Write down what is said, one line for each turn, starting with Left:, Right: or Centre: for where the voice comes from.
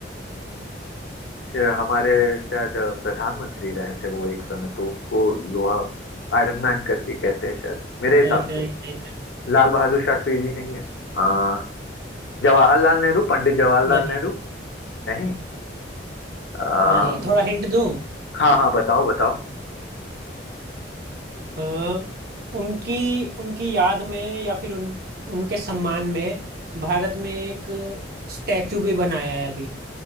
Left: श- हमारे शायद अ, प्रधानमंत्री रहे थे वो एक समय तो उनको लोहा आयरन मैन करके कहते हैं शायद मेरे
Right: नहीं
Left: हिसाब
Right: नहीं
Left: से
Right: नहीं नहीं
Left: लाल बहादुर शास्त्री जी नहीं है अ, जवाहरलाल नेहरू पंडित जवाहरलाल
Right: नहीं
Left: नेहरू नहीं अ,
Right: नहीं थोड़ा हिंट दूं
Left: हाँ हाँ बताओ बताओ
Right: अ, उनकी उनकी याद में या फिर उन उनके सम्मान में भारत में एक स्टैचू भी बनाया है अभी